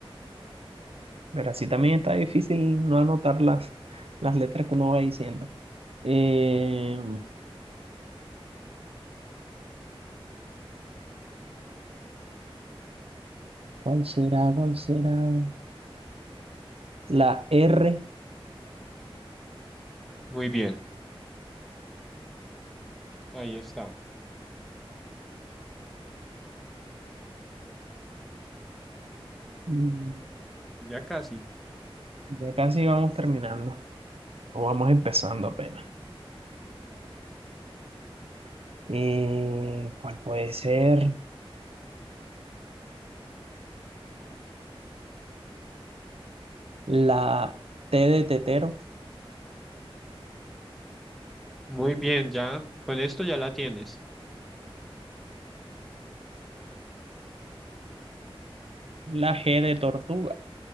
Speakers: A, on the right (about 80°); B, in the centre.
A: pero así también está difícil no anotar las, las letras que uno va diciendo. Eh, ¿cuál será? ¿Cuál será? La R.
B: Muy bien. Ahí está.
A: Mm,
B: Ya casi.
A: Ya casi vamos terminando. O vamos empezando apenas. Eh, ¿cuál puede ser? La T de tetero.
B: Muy bien, ya. Con esto ya la tienes.
A: La G de tortuga.